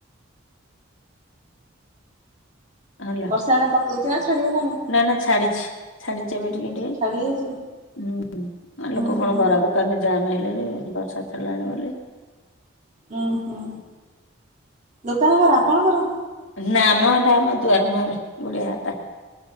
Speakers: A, on the left; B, on the right.
A: ହେଲା
B: ବର୍ଷା ଏଣେ ପକଉଛି ନା ଛାଡିଗଲାଣି?
A: ନା ନା ଛାଡିଚି ଛାଡି ଟିକେ ଟିକେ ଟିକେ
B: ଛାଡି ଯାଇଛି
A: ହୁଁ ଆ ଲୋକ
B: ଉଁ
A: କଣ
B: ହୁଁ
A: ବରା ଦୋକାନରେ ଜାମ୍ ହେଲେଣି ବର୍ଷା। ଛାଡିଲାଣି ବୋଲି।
B: ଉୁଁ ହୁଁ ଦୋକାନଙ୍କର ଆପଣଙ୍କର?
A: ନା ମ ଏଟା ଆମ ଦୁଆର ମୁହରେ ଗୁଡ଼ିଆ ଘରଟା।